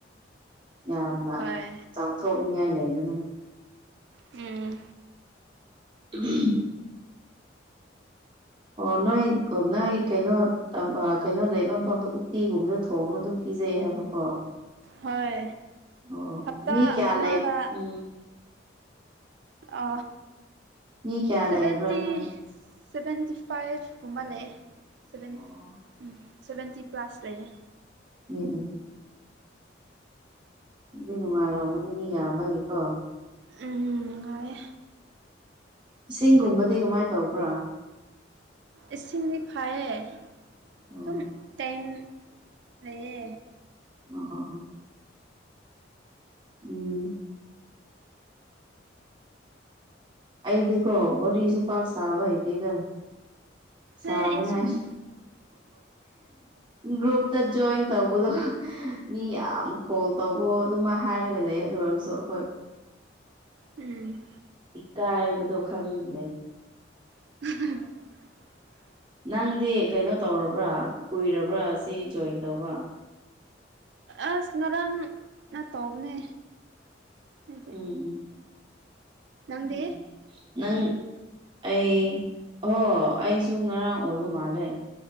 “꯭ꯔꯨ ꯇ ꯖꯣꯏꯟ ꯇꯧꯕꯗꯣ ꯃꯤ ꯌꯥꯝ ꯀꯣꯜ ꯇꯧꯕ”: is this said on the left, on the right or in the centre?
Right